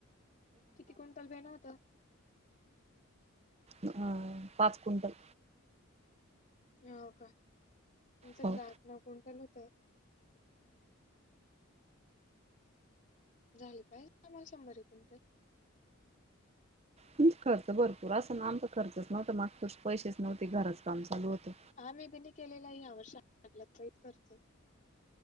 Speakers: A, on the left; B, on the right.
A: किती क्विंटल बेणं होतं.
B: अ, पाच क्विंटल.
A: होव का, आमच
B: हो
A: आठ नऊ क्विंटल होतं. झाल काय पाहिजेमला शंभर क्विंटल.
B: तुमच खर्च भरपूर असा ना आमचा खर्च नव्हतं माग त पैसेच नव्हते घरच काम चालू होतं.
A: हा मी पण केलेला या <inaudible> वर्षात करतो